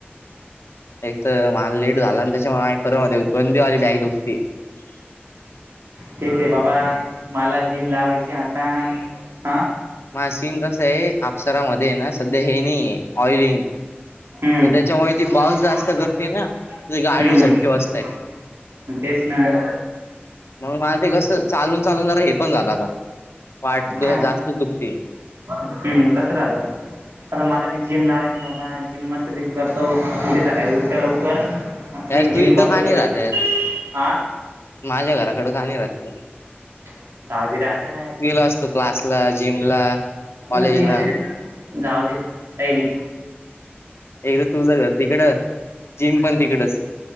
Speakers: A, on the left; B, on the right.
A: एक तर मला लेट झाला आणि त्याच्यामुळे माझ खरं होते गंदीवाली बॅक दुखती
B: ते ते बाबा मला जिम लावायची आता ह
A: माझी चीन कसं आहे अप्सरामध्ये हे ना सध्या हे नाही आहे ऑइलिंग
B: <unintelligible>
A: तर त्याच्यामुळे ती बाउन्स जास्त करते ना तर ते गाडीवर
B: हम्
A: झटके बसताय मग मला ते कस चालून चालून जरा हे पण झालं आता पाट
B: का
A: जास्तच दुखते
B: हम्म कस राहत आता मला बी जेम लावायची बाबा जिम मस्त पैकी करतो उद्या सकाळी उठत लवकर मस्त
A: यार
B: जिम
A: तू इथं
B: करतो
A: का नाही
B: थोडी
A: राहत यार
B: हा
A: माझ्या घराकडं गाणी राहतो
B: <unintelligible> दाजी राहत काय
A: असतो क्लासला जिमला कॉलेजला
B: मग त्यासनी जाऊ दे काही नाही
A: एकदा तुझ तिकड जिम पण तिकडच